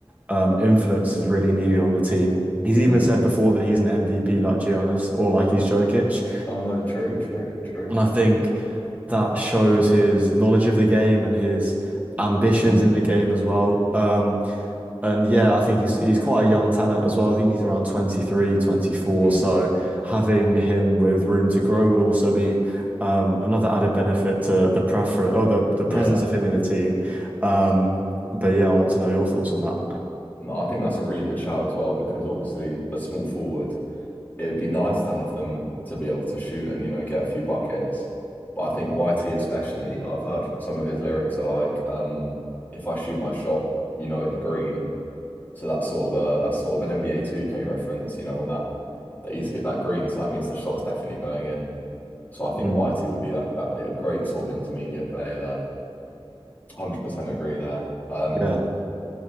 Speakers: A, on the right; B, on the left.
A: um, influence is really needed on the team. He's
B: mm.
A: even said before that he's an MVP like Giannis or like he's Jokic.
B: Oh no, true, true, true.
A: And I think that shows his knowledge of the game and his ambitions
B: Mm,
A: in the game as well. Um, and yeah, I think he's he's quite a young talent as well. I think he's around 23, twenty-four.
B: mm,
A: So having him with room to grow would also be um, another added benefit to the preference or the, the
B: yeah.
A: presence of him in the team. Um, but yeah, I want to know your thoughts on that.
B: No, I think that's a really good shout as well because obviously a small forward it would be nice to have them to be able to shoot and, you know, get a few buckets. But I think YT especially, I've heard some of his lyrics are like, um, if I shoot my shot, you know it's green. So that's sort of a that's sort of an NBA 2K reference, you know, on that that he's hit that green. So that means the shot's definitely going in. So I think
A: Mm,
B: YT would be like that a great sort of intermediate player there. 100% agree there. Um,
A: yeah.